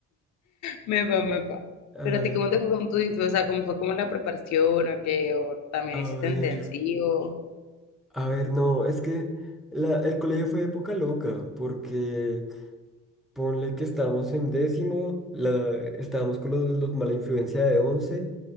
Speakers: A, on the left; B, in the centre.
A: Me va, me va.
B: <laughs> Ay,
A: Pero a ti, ¿cómo te fue con tu disfraz? O sea, ¿cómo fue como la preparación o qué? ¿O también
B: a
A: hiciste
B: ver,
A: intensivo?
B: a ver, no, es que la- el colegio fue época loca, porque ponle que estábamos en décimo, la, estábamos con los, los mala influencia de once,